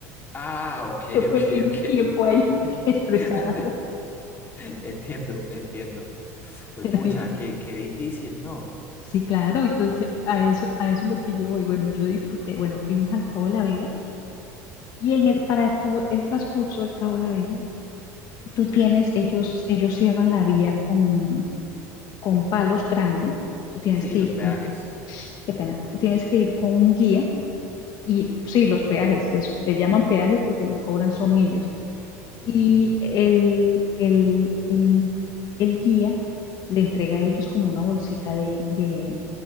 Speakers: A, on the left; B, on the left.
A: Ah, ok,
B: Yo perdí
A: ok,
B: mi
A: ok.
B: tiempo ahí
A: <laughs>
B: <laughs> estresada.
A: Entiendo, entiendo. Pues
B: <laughs>
A: pucha, qué, qué difícil, ¿no?
B: Sí, claro, entonces a eso, a eso es lo que yo voy. Bueno, yo disfruté, bueno, fuimos al Cabo de la Vela y en el, para tu, el transcurso del Cabo de la Vela, tú tienes, ellos, ellos cierran la vía con, con palos grandes, tú tienes
A: Sí,
B: que
A: los
B: ir
A: peajes.
B: con, qué pena, tú tienes que ir con un guía Y sí, los peajes, eso, le llaman peajes porque los cobran son ellos.
A: Ujú.
B: Y el, el, el, el guía le entrega a ellos como una bolsita de, de,